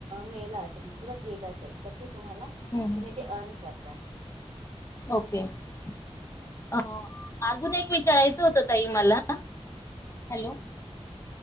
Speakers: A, on the right (about 65°); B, on the left (about 25°).
A: मेलं असेल किंवा गेलं असेल तर ते तुम्हाला
B: हं हं
A: तुम्ही ते अर्न करतात.
B: ओके, ओके, अजून एक विचारायचं होतं ताई मला हॅलो